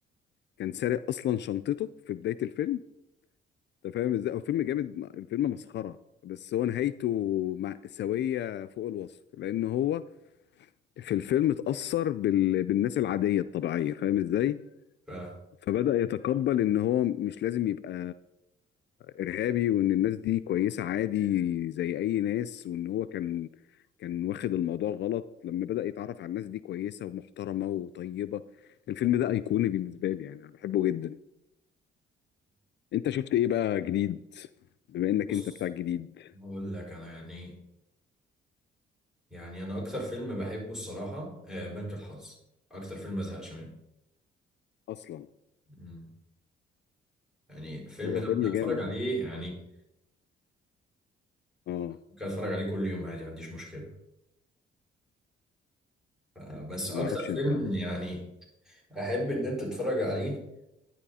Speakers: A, on the left (about 60°); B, in the centre.
A: كان سارق اصلا شنطته في بدايه الفيلم انت فاهم ازاي هو فيلم جامد م- الفيلم مسخره بس هو نهايته مأساوية فوق الوصف لأن هو في الفيلم اتأثر بال... بالناس العادية الطبيعية فاهم ازاي؟
B: ف-
A: فبدأ يتقبل إن هو مش لازم يبقى إرهابي وإن الناس دي كويسة عادي زي أي ناس وإن هو كان كان واخد الموضوع غلط لما بدأ يتعرف على الناس دي كويسة ومحترمة وطيبة الفيلم ده أيقوني بالنسبة لي يعني أنا بحبه جدا انت شفت ايه بقى جديد بما انك
B: بص
A: انت بتاع الجديد
B: هقول لك انا يعني يعني انا اكتر فيلم بحبه الصراحه آه، بنك الحظ اكتر فيلم ما زهقش منه
A: اصلا
B: مم. يعني الفيلم
A: هو
B: ده
A: فيلم
B: ممكن اتفرج
A: جامد
B: عليه يعني
A: اه
B: ممكن اتفرج عليه كل يوم عادي ما عنديش مشكله ف- بس
A: انا
B: اكتر
A: ما اعرفش
B: فيلم
A: انت
B: يعني احب ان انت تتفرج عليه